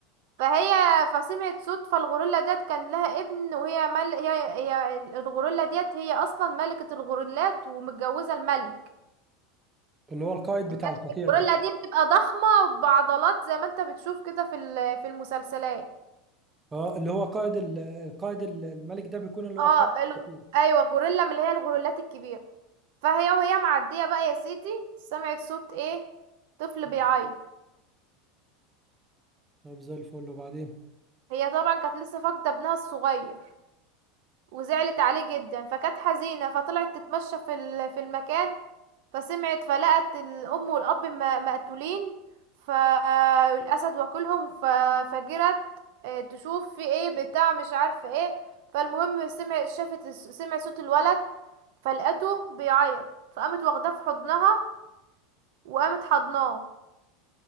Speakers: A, on the right (about 65°); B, on the right (about 15°).
A: فهي فسمعت صوت فالغوريلا ديت كان لها ابن وهي مل... هي... هي الغوريلا ديت هي اصلا ملكة الغوريلات ومتجوزة الملك
B: اللي هو القائد بتاع
A: الملك
B: القطيع
A: الغوريلا
B: ده
A: دي بتبقى ضخمة بعضلات زي ما انت بتشوف كده في ال... في المسلسلات
B: اه اللي هو قائد ال- القائد ال- الملك ده بيكون اللي
A: اه
B: هو قائد
A: ال...
B: القطيع
A: ايوه غوريلا من اللي هي الغوريلات الكبيرة فهي وهي معدية بقى يا سيدي سمعت صوت ايه طفل
B: مم.
A: بيعيط
B: طيب زي الفل وبعدين
A: هي طبعا كانت لسه فاقدة ابنها الصغير وزعلت عليه جدا فكانت حزينة فطلعت تتمشى في ال- في المكان فسمعت فلقت الأم والأب م- مقتولين فالأسد واكلهم ففجرت آه، تشوف في ايه بتاع مش عارفة ايه فالمهم سمع شافت الس- سمع صوت الولد فلقته بيعيط فقامت واخداه في حضنها وقامت حضناه